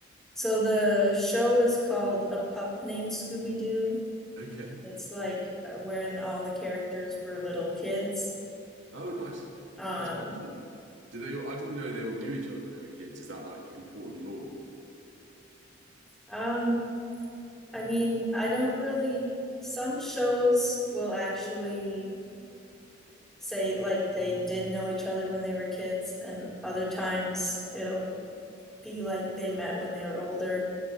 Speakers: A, in the centre; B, on the right (about 75°).
A: So the show is called A Pup Named Scooby-Doo.
B: okay?
A: It's like uh, when all the characters were little kids.
B: Oh, nice.
A: Um,
B: That's quite cute. Did they? I didn't know they all knew each other when they were kids. Is that like important law?
A: um, I mean, I don't really. Some shows will actually say like they did know each other when they were kids, and other times it'll be like they met when they were older.